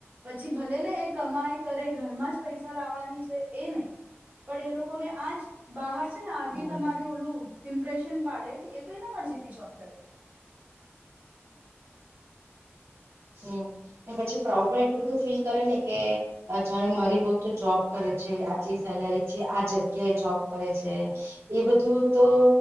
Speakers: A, on the right (about 35°); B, on the right (about 70°).
A: પછી ભલે ને એ કમાય કરે ઘરમાં જ પૈસા લાવવાની છે એ નહી પણ એ લોકોને આજ બહાર છે ને આવી
B: હમ
A: તમાર ઓલું ઇમ્પ્રેશન પાડે કે એ તો એ પણ જદી જોબ કરે છે
B: હમ પછી પ્રાઉડ પણ એટલું બધું ફીલ કરે ને કે જાણે મારી બહ તો જોબ કરે આચી સેલરી છે આ જગ્યાએ જોબ કરે છે એ બધું તો